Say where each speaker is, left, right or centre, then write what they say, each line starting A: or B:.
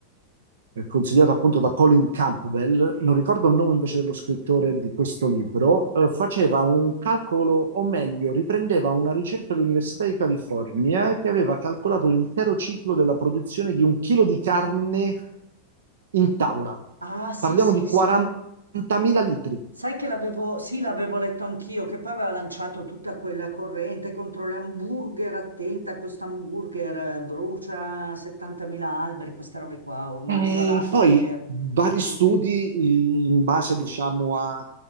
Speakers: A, on the right (about 65°); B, on the right (about 80°).
A: eh, consigliato appunto da Colin Campbell, non ricordo il nome invece dello scrittore di questo libro, eh, faceva un calcolo, o meglio, riprendeva una ricerca dell'Università di California che aveva calcolato l'intero ciclo della produzione di un chilo di carne in tavola.
B: Ah, sì,
A: Parliamo
B: sì,
A: di 40.000
B: sì,
A: litri.
B: Sai che l'avevo, sì, l'avevo letto anch'io, che poi aveva lanciato tutta quella corrente contro le hamburger, attenta, a questo hamburger eh, brucia 70.000 alberi, queste robe qua, o mangia
A: E
B: l'acqua
A: poi
B: per...
A: vari
B: Sì,
A: studi
B: sì,
A: in base, diciamo, a